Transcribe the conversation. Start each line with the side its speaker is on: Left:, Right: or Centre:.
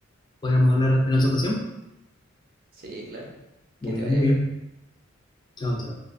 Left: podríamos hablar en otra ocasión.
Right: Sí, claro.
Left: Bueno,
Right: Que te vaya
Left: muy
Right: bien.
Left: bien. Chao, chao.